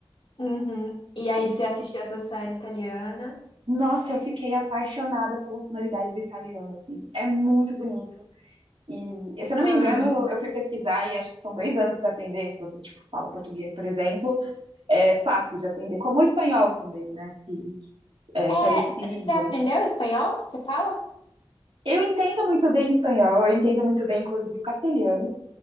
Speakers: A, on the left (about 65°); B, on the right (about 70°).
A: uhum. E aí,
B: E,
A: você assistiu essa série italiana?
B: nossa, eu fiquei apaixonada pela sonoridade do italiano, assim, é muito bonito. E, se eu não
A: Ah,
B: me engano, eu fui pesquisar e acho que são dois anos para aprender, se você, tipo, fala português, por exemplo, é fácil de aprender, como o espanhol também, né, que é
A: É,
B: parecido,
A: você aprendeu espanhol? Você fala?
B: Eu entendo muito bem espanhol, eu entendo muito bem, inclusive, o castelhano,